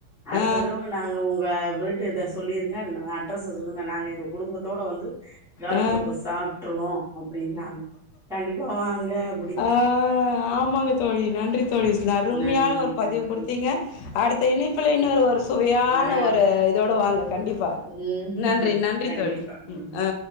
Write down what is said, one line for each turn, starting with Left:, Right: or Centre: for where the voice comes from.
Centre: அடுத்த
Left: ஆ
Centre: தரவ நாங்க உங்க வீட்டு கெஸ் சொல்லிருங் க நா அட்ரஸ்ச சொல்லுங்க நாங்க எங்க குடும்பத்தோட வந்து தாலொ
Left: ஆ
Centre: தொக்கு சாப்ட்டுருவோ அப்டின்னாங்க கண்டிப் போவாங்க
Left: ஆ ஆமாங்க தோழி நன்றி தோழி ஸ்ன அருமையான
Centre: நன்றி
Left: ஒரு பதிவு
Centre: நன்றி
Left: குடுத்தீங்க அடுத்த இணைப்புல இன்னொரு ஒரு சுவையான
Centre: ஆ
Left: ஒரு இதோட வாங்க கண்டிப்பா
Centre: ம்
Left: நன்றி நன்றி
Centre: கண்டிப்பா
Left: தோழி
Centre: ம்
Left: ஆ